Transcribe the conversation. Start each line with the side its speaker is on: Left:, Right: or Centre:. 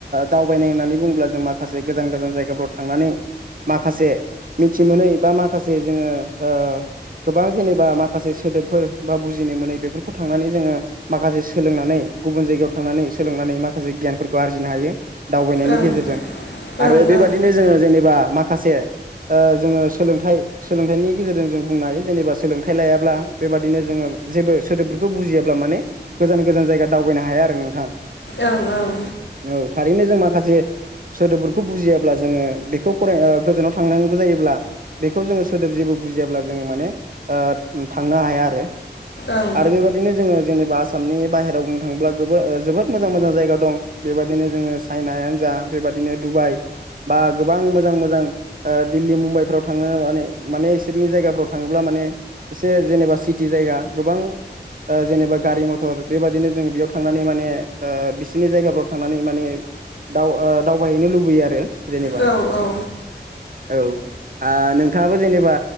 Right: दावबायनाय होननानै बुंङोब्ला जों मा खासे गोजान गोजान जायगाफ्राव थांनानै माखासे मिथि मोनै बा माखासे जोङो ओ गोबां जेनेबा माखासे सोदोबफोर बा बुजिनो मोनै बेफोरखौ थांनानै जोङो माखासे सोलोंनानै गुबुन जायगायाव थांनानै सोलोंनानै माखासे गियानफोरखौ आरजिनो हायो दावबायनायनि
Left: ओं
Right: गेजेरजों आरो
Left: ओं
Right: बेबादिनो
Left: ओं
Right: जोङो जेनेबा माखासे ओ जोङो सोलोंथाइ सोलोंथाइनि गेजेरजों जों बुंनो हायो जेनेबा सोलोंथाइ लायाब्ला बेबादिनो जोङो जेबो सोदोबफोरखौ बुजिया ब्ला माने गोजान गोजान जायगा दावबायनो हाया आरो नोंथां
Left: ओं ओं
Right: औ थारैनो जों माखासे सोदोबफोरखौ बुजियाब्ला जोङो बेखौ फराय गोजानाव थांनांगौ जायोब्ला बेखौ जोङो सोदोब जेबो बुजियाब्ला जोङो माने थांनो हाया आरो।
Left: ओं
Right: आरो बेबायदिनो जोङो जेनेबा आसामनि बाहेराव बुंनो थाङोब्ला जोबोद मोजां मोजां जायगा दं बेबायदिनो जोङो चाइनायानो जा बेबादिनो डुबाइ बा गोबां मोजां मोजां दिल्ली मुम्बाइफ्राव थांनो माने माने बिसोरनि जायगाफ्राव थाङोब्ला माने एसे जेनेबा सिटि जायगा गोबां जेनेबा गारि मथर बेबादिनो जोङो बेयाव थांनानै माने बिसोरनि जायगाफ्राव थांनानै माने दाव ओ दावबायहैनो लुबैयो आरो जेनेबा
Left: औ औ
Right: औ ओ नोंथाङाबो जेनेबा